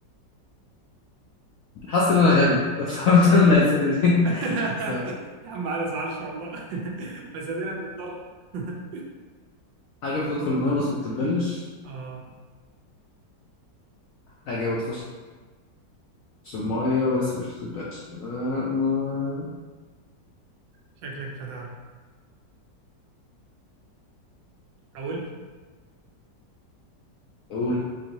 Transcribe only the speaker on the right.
<laughs>
يا عم ما تزعلش والله <laughs> بس ادينا بنضطر <laughs>
اه
شكلك مش هتعرف اقول